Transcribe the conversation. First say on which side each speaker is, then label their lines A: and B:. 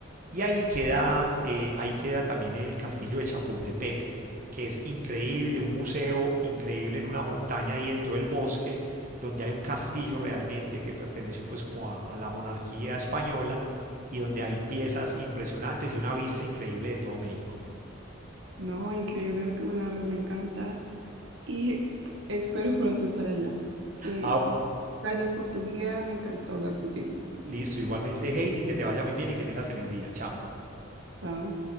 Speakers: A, on the right; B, on the right.
A: Y ahí queda, eh, ahí queda también el castillo de Chapultepec, que es increíble, un museo increíble en una montaña ahí dentro del bosque, donde hay un castillo realmente que perteneció pues como a, a la monarquía española y donde hay piezas impresionantes y una vista increíble de todo México.
B: No, increíble lo que me narras, me encanta. y espero <laughs> pronto estar allá. Que,
A: Ah,
B: gracias por tu guía, me encantó hablar contigo.
A: listo, igualmente Heidi, que te vaya muy bien y que tengas feliz día. Chao.
B: Chao.